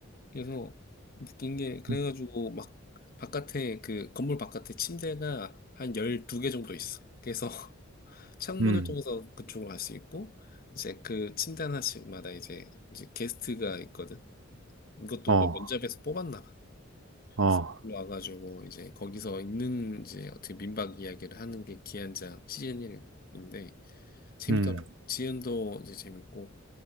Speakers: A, on the left; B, on the right.
A: 그래서 웃긴 게, 그래가지고
B: 음,
A: 막 바깥에, 그 건물 바깥에 침대가 한 12개 정도 있어. 그래서 <laughs> 창문을
B: 음,
A: 통해서 그쪽으로 갈 수 있고, 이제 그 침대 하나씩마다 이제, 이제 게스트가 있거든. 이것도
B: 어,
A: 뭐 면접에서 뽑았나 봐.
B: 어,
A: 그래서 와가지고 이제 거기서 있는 이제 어떻게 민박 이야기를 하는 게 기한장 시즌 1인데 재밌더라고.
B: 음,
A: 지은도 이제 재밌고